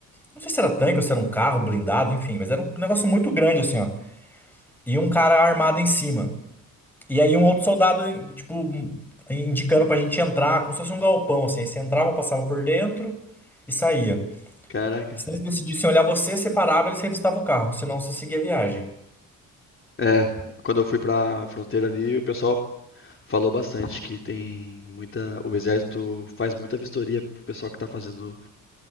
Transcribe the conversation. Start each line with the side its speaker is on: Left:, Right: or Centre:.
Centre: Não sei se era tanque ou se era um carro blindado, enfim, mas era um negócio muito grande assim, ó. E um cara armado em cima. E aí um outro soldado, tipo, indicando pra gente entrar, como se fosse um galpão, assim. Aí você entrava, passava por dentro e saía.
Left: Caraca.
Centre: Se eles decidissem olhar você, você parava, eles revistavam o carro, senão você seguia a viagem.
Left: É, quando eu fui pra fronteira ali, o pessoal falou bastante que tem muita, o exército faz muita vistoria pro pessoal que tá fazendo